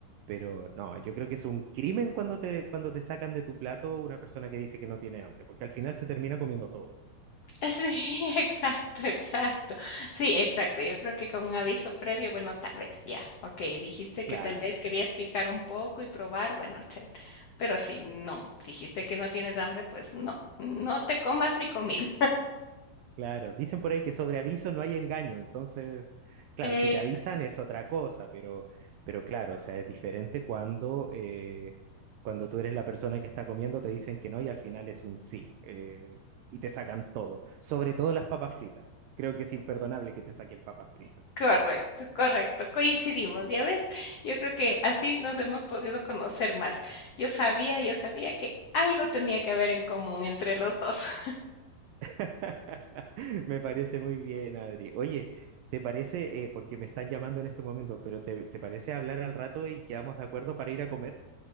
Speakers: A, on the right; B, on the left.
A: Pero no, yo creo que es un crimen cuando te, cuando te sacan de tu plato una persona que dice que no tiene hambre, porque al final se termina comiendo todo.
B: <laughs> Sí, exacto, exacto. Sí, exacto. Yo creo que con un aviso previo, bueno, tal vez ya. Ok, dijiste que
A: Claro,
B: tal vez querías picar un poco y probar, bueno, chévere. Pero si no, dijiste que no tienes hambre, pues no, no te comas mi comida.
A: claro. Dicen por ahí que sobre aviso no hay engaño, entonces, claro,
B: Eh,
A: si te avisan es otra cosa, pero, pero claro, o sea, es diferente cuando, eh, cuando tú eres la persona que está comiendo, te dicen que no y al final es un sí, eh, y te sacan todo, sobre todo las papas fritas. Creo que es imperdonable que te saquen papas fritas.
B: correcto, correcto. Coincidimos, ¿ya ves? Yo creo que así nos hemos podido conocer más. Yo sabía, yo sabía que algo tenía que haber en común entre los dos. <laughs>
A: <laughs> Me parece muy bien, Adri. Oye, ¿te parece, eh, porque me están llamando en este momento, pero te, te parece hablar al rato y quedamos de acuerdo para ir a comer?